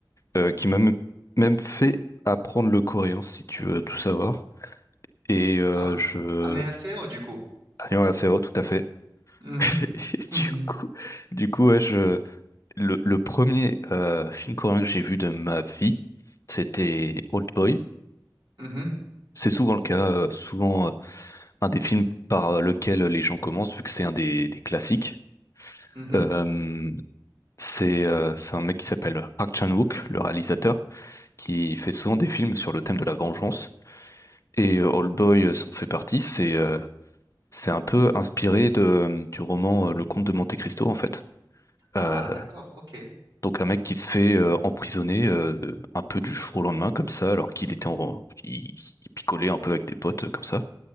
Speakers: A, on the left; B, on the right.
A: euh, qui m'a m- même fait apprendre le coréen, si tu veux tout savoir. Et euh,
B: Ah,
A: je...
B: 안녕하세요, du coup.
A: Ah, ouais, c'est vrai, tout à fait.
B: Mhm,
A: <laughs> Et du
B: mhm,
A: coup, du coup ouais, je... le, le premier euh, film coréen que j'ai vu de ma vie, c'était Old Boy.
B: mhm,
A: C'est souvent le cas, euh, souvent euh, un des films par euh, lequel les gens commencent, vu que c'est un des, des classiques.
B: mhm.
A: Euh, C'est euh, c'est un mec qui s'appelle Park Chan-wook, le réalisateur, qui fait souvent des films sur le thème de la vengeance. Et euh, Old Boy euh, s'en fait partie. C'est euh, c'est un peu inspiré de, euh, du roman euh, Le Comte de Monte-Cristo, en fait.
B: Ah,
A: Euh,
B: d'accord, ok.
A: donc un mec qui se fait euh, emprisonner euh, un peu du jour au lendemain, comme ça, alors qu'il était en... il, il picolait un peu avec des potes, euh, comme ça.